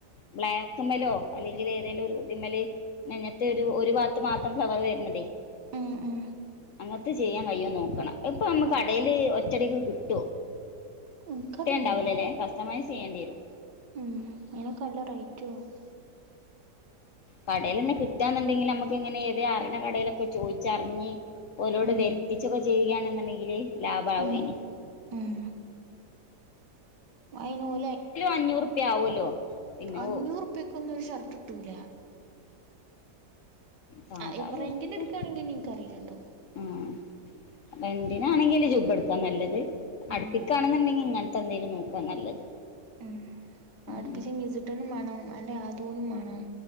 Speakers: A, on the left; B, on the right.
A: ബ്ലാക്ക്മ്മലോ അല്ലെങ്കിൽ ഏതെലും ഒരു ഇതിമ്മല് നെഞ്ഞത്തൊരു ഒരു ഭാത്ത് മാത്രം ഫ്ലവർ വര്ന്നതേ
B: ഉം ഉം
A: അങ്ങനത്തെ ചെയ്യാൻ കയ്യോ നോക്കണം ഇപ്പൊ നമ്മക് കടേല് ഒറ്റടിക്ക് കിട്ടോ
B: ഇൻക്കറിയില്ല
A: കിട്ടുണ്ടാവൂലലേ കസ്റ്റമെഴ്‌സ് ചെയ്യേണ്ടിവരും
B: ഉം അയിനൊക്കെ നല്ല റൈറ്റു ആവും
A: കടലെന്നെ കിട്ടുന്നുണ്ടെങ്കിൽ നമ്മക്ക് ഇങ്ങനെ ഏത അറിണ കടയിലൊക്കെ ചോയിച്ചറിഞ്ഞ് ഓരോട്
B: ഉം
A: വരുത്തിച്ചൊകെ ചെയ്യുയാണെന്നുണ്ടെൽ ലാഭവു
B: ഉം
A: യോനി
B: ഉം അയിന് ഒലെ
A: അഞ്ഞൂറുപ്യ ആവുമല്ലോ പിന്നെ
B: അഞ്ഞൂറിപ്യകൊന്ന് ഒരു ഷർട്ട് ട്ടൂല
A: സാധാ
B: ആ ഇവ റെന്റിന്
A: ഷർട്ടക്ക്
B: എട്ക്കുകണെങ്കി ഇനി ന്ക് അറീലാട്ടോ
A: ആ റെന്റിനാണെങ്കില് ജുബ്ബ എടുക്കാണ് നല്ലത്
B: ഉം
A: അടുപ്പിക്കാണെന്നുണ്ടെങ്കി ഇങ്ങന് ത്തേന്തേലും നോക്കാ നല്ലത്
B: ഉം
A: ഉം
B: അടുപ്പിച്ച മിസിട്ടനും വേണം അന്റെ ആദൂനും വേണം